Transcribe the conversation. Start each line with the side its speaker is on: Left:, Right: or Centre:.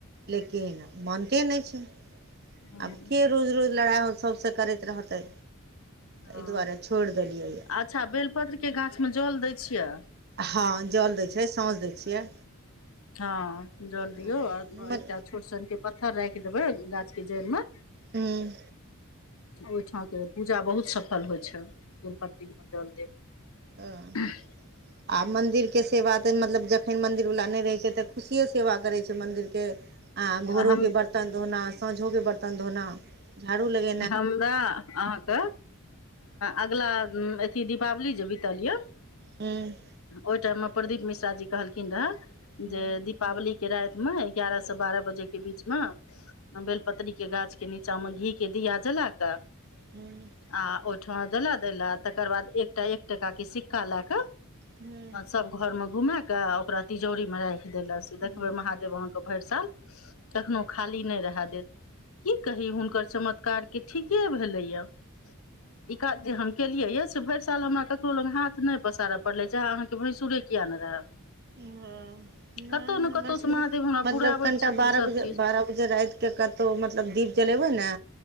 Right: लेकिन मानते नय छै
Left: हँ
Right: आब के रोज रोज लड़ाइ हो सबसे करैत रहतै
Left: हँ
Right: एहि दुआरे छोड़ि देलियै यए
Left: अच्छा बेलपत्रके गाछ मे जल दै छियै
Right: हँ जल दै छै साँझ दैत छियै
Left: हँ जल दियौ
Right: हँ
Left: आ एकटा
Right: हमर
Left: छोट सनके पत्थर राखि देबै गाछ के जड़ मे
Right: हूँ
Left: ओहिठामके पूजा बहुत सफल होइ छै तेलपत्रिकमे जल देब
Right: ह
Left: <unintelligible>
Right: आ मन्दिर के सेवा तऽ मतलब जखन मन्दिरवला नय रहै छै तऽ खुशिए सेवा करै छै मन्दिरके आ भोरो
Left: हम
Right: के बर्तन धोना सााँंझों के बर्तन धोना झाड़ू लगे
Left: हमरा अहाँके अगला अथी दीपावली जे बीतल यऽ
Right: हँ
Left: ओय टाइम मे प्रदीप मिश्रा जी कहलखिन रहए
Right: हूँ
Left: जे दीपावली के रात मे एगारह से बारह बजे के बीच मे बेल पत्री के गाछ के नीचा में घी गेल दिया जलाग
Right: <inaudible>
Left: आ ओहिठमा जला द ला तकर बाद एकटा एक टाका के सिक्का ले क
Right: हूँ
Left: सब घरमे घुम कऽ ओकरा तिजौरीमे रैख देलक से
Right: हूँ
Left: देखबै महादेव अहाँ साल कखनो खाली नै रहे देत की कही हुनकर चमतकार के ठीके भेले या ई जे हम केलिय यए से भैर साल हमरा ककरो लग हाथ नै पसारय पड़ले चाहे अहाँके भैंसुरे किया नै रहय
Right: ह
Left: कतहु
Right: नै
Left: ने
Right: हमरा
Left: कतहुसँ
Right: सब
Left: महादेव हमरा
Right: मतलब
Left: पुराबैत
Right: कनिटा
Left: छथिन
Right: बारह
Left: सभ
Right: बजे
Left: चीज
Right: बारह बे जे रातिके कतहु मतलब दीप जलेबै ने